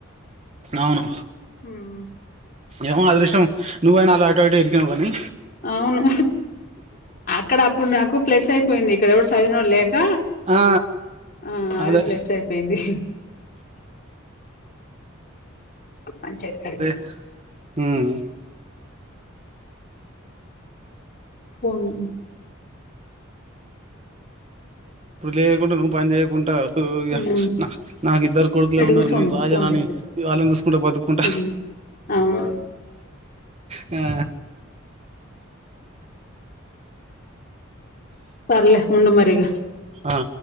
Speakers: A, on the right; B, on the left.
A: అవును
B: ఉమ్
A: ఏమో అదృష్టం నువ్వు అయినా అటో ఇటో ఇరికినవ్ గా నీ
B: అవును అక్కడ అప్పుడు నాకు ప్లస్ అయిపోయింది ఇక్కడ ఎవడు చదివినోడు లేక
A: ఆ,
B: ఆ
A: అదే
B: అది ఫ్లెస్ అయిపోయింది పంచాయత్ కాడికి
A: అదే ఉమ్,
B: ఫోను
A: లేయకుండా నువ్వు పని చేయకుంటా ఊ ఇగ
B: ఉమ్
A: న నాకు ఇద్దరు కొడుకులే
B: ఈడ
A: ఉన్నారు,
B: కూసోని
A: నేను రాజానని
B: ఫోన్ చేత్తాను
A: ఇ వాళ్ళని చూసుకుంట బతుకుంట.
B: ఉమ్ అవును
A: ఆ
B: సర్లే ఉండ మరి ఇగ
A: ఆ